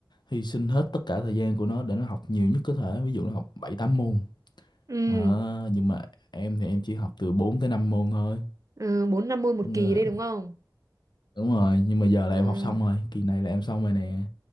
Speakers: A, on the left; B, on the right.
A: hy sinh hết tất cả thời gian của nó để nó học nhiều nhất có thể ví dụ nó học 7 8 môn
B: Ừ,
A: à, nhưng mà em thì em chỉ học từ 4 tới 5 môn thôi
B: ừ, 4 năm môn một
A: Có nghĩa
B: kỳ
A: là,
B: đấy đúng không?
A: đúng rồi nhưng mà giờ
B: Ừ,
A: là em học xong rồi kỳ này là em xong rồi nè